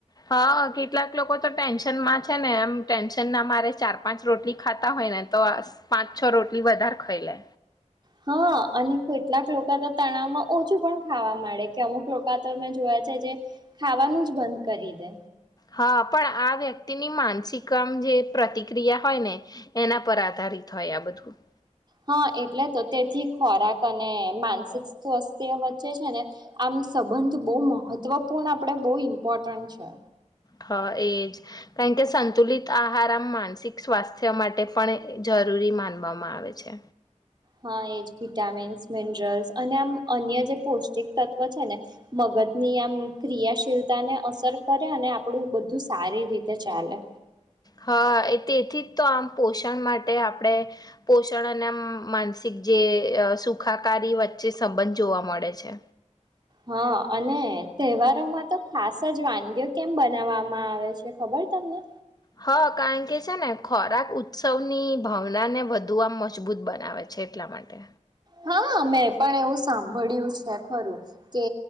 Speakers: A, on the left; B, on the right.
A: હા, કેટલાક લોકો તો ટેન્શન માં છે ને એમ ટેન્શન ના મારે ચાર પાંચ રોટલી ખાતા હોય ને તો પાંચ છ રોટલી વધારે ખાઈ લે
B: હા, અને કેટલાક લોકો તો તણાવમાં ઓછું પણ ખાવા માંડે કે અમુક લોકો તો મેં જોયા છે, જે ખાવાનું જ બંધ કરી દે
A: હા, પણ આ વ્યક્તિની માનસિકમ જે પ્રતિક્રિયા હોય ને એના પર આધારિત હોય આ બધું.
B: હા, એટલે તો તેથી ખોરાક અને માનસિક સ્વાસ્થ્ય વચ્ચે છે ને આમ સંબંધ બહુ મહત્વપૂર્ણ આપણેે બહુ ઇમ્પોર્ટન્ટ છે.
A: હા, એજ કારણ કે સંતુલિત આહાર આમ માનસિક સ્વાસ્થ્ય માટે પણ જરૂરી માનવામાં આવે છે.
B: હા, એજ વિટામિન્સ મિનરલ્સ અને આમ અન્ય જે પૌષ્ટિક તત્વ છે ને મગજની આમ ક્રિયાશીલતા ને અસર કરે અને આપણું બધું સારી રીતે ચાલે.
A: હા, એ તેથી જ તો આમ પોષણ માટે આપણે પોષણ અને આમ માનસિક જે સુખાકારી વચ્ચે સંબંધ જોવા મળે છે.
B: હા અને તહેવારોમાં તો ખાસ જ વાનગીઓ કેમ બનાવવામાં આવે છે ખબર તમને?
A: હા કારણ કે છે ને ખોરાક ઉત્સવની ભાવના ને વધુ આમ મજબૂત બનાવે છે એટલા માટે.
B: હા મેં પણ એવું સાંભળ્યું છે ખરું કે